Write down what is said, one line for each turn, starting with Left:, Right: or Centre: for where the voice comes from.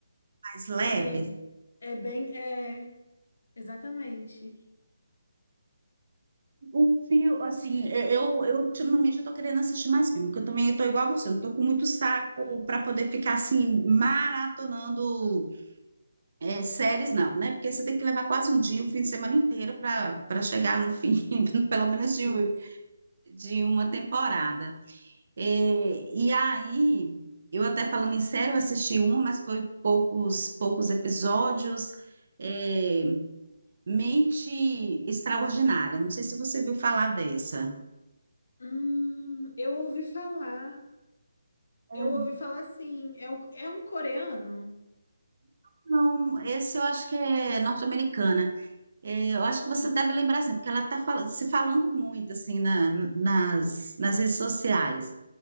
Right: mais leve.
Left: Ai, é, é bem. É, exatamente.
Right: Um fio, assim, eu, eu ultimamente eu tô querendo assistir mais filme, porque eu também tô igual a você, eu não tô com muito saco para poder ficar, assim, maratonando é, séries, não, né? Porque você tem que levar quase um dia, um fim de semana inteiro para para chegar no fim, <laughs> pelo menos
Left: Sim.
Right: de, de uma temporada. É, e aí, eu até falando em série, eu assisti uma, mas foi poucos, poucos episódios. É, Mente Extraordinária. Não sei se você viu falar dessa.
Left: Hum, eu ouvi falar.
Right: Uhum.
Left: Eu ouvi falar assim, é um, é um coreano?
Right: Não, esse eu acho que é norte-americana. É, eu acho
Left: Hum,
Right: que você deve lembrar, assim, porque ela está se falando muito, assim, na- nas, nas redes sociais.